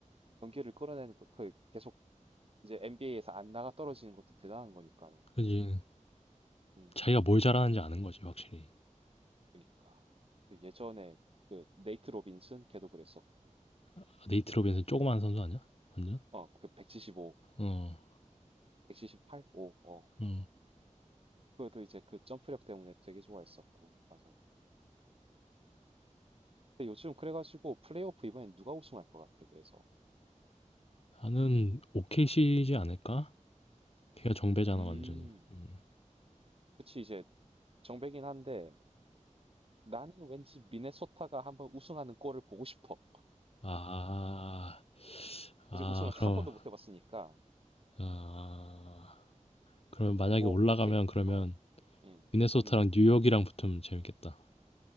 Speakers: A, on the right; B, on the left.
A: 경기를 끌어내는 거, 그 계속 이제 NBA에서 안 나가 떨어지는 것도 대단한 거니까는.
B: 그지.
A: 음,
B: 자기가 뭘 잘하는지 아는 거지 확실히.
A: 그니까. 그 예전에 그 네이트 로빈슨 걔도 그랬었고,
B: 아 네이트 로빈슨 조그만 선수 아니야? 완전?
A: 어, 그 175,
B: 어.
A: 178, 5, 어.
B: 어.
A: 그것도 이제 그 점프력 때문에 되게 좋아했었고, 맞아. 근데 요즘 그래가지고 플레이오프 이번엔 누가 우승할 것 같아, 그래서.
B: 나는 o k c 지
A: 음,
B: 않을까? 걔가 정배잖아
A: 음.
B: 완전히. 음.
A: 그치, 이제 정배긴 한데 나는 왠지 미네소타가 한번 우승하는 꼴을 보고 싶어.
B: 아, 아
A: 그래서 우승을 한
B: 그럼
A: 번도 못 해봤으니까.
B: 아 그러면 만약에
A: 오,
B: 올라가면
A: 오케이.
B: 그러면
A: 어, 음,
B: 미네소타랑
A: 음,
B: 뉴욕이랑 붙으면 재밌겠다.